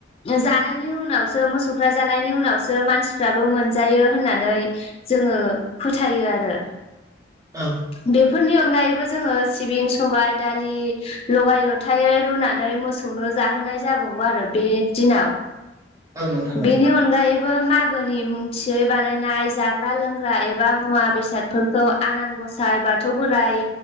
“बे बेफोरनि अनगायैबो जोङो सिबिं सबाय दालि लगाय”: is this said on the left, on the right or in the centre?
Left